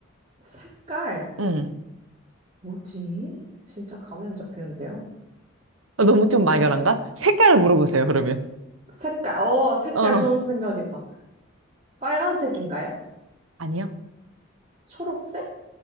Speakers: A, on the right (about 30°); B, on the right (about 80°).
A: 색깔.
B: 음.
A: 뭐지? 진짜 감이 안 잡히는데요?
B: 어, 너무 좀 막연한가?
A: 어,
B: 색깔을 물어보세요, 그러면.
A: 색깔. 어, 색깔
B: 어,
A: 좋은 생각이다. 빨간색인가요?
B: 아니요.
A: 초록색?